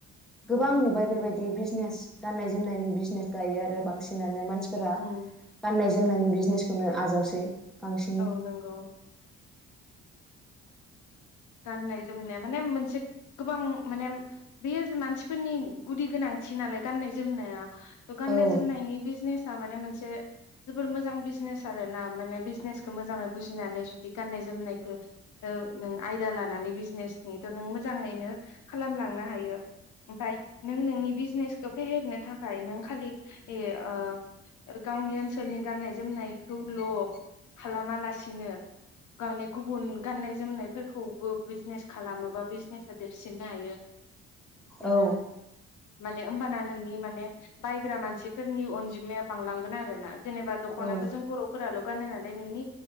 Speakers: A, in the centre; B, on the left.
A: गोबां नुबाय बेबायदि । बिजनेस गाननाय जोमनायनि बिजनेस दायो आरो बांसिनानो मान <unintelligible> फोरा
B: उम
A: गाननाय जो जोमनायनि बिजनेसखौनो आजावसै बांसिन
B: औ नोंगौ । गाननाय जोमनाया माने मोनसे गोबां माने बेयो मानसिफोरनि गुदि गोनांथि नालाय गाननाय जोमनाया । गाननाय
A: औ
B: जोमनायनि बिजनेस <unintelligible> माने मोनसे जोबोर मोजां बिजनेस आरो ना माने बिजनेसखौ मोजाङै बुजिनानै जुदि गाननाय जोमनायखौ ओ नों आयदा लानानै बिजनेसनिथ नों मोजाङैनो खालामलांनो हायो ओमफ्राय नों नोंनि बिजनेसखौ फेहेरनो थाखाय नों खालि इह ओ गावनि ओनसोलनि गाननाय जोमनायखौल खालामा लासिनो माने गुबुन गाननाय जोमनाय फोरखौबो बिजनेस खालामोबा बिजनेसा देरसिननो हायो। बेनो
A: औ।
B: माने होमबाना नोंनि माने बायग्रा मानसिफोरनि अनजिमाया बांलांगोन आरो ना, जेनेबा दख'नाखौ
A: औ
B: जों बर'फोराल' गानो नालाय नोंनि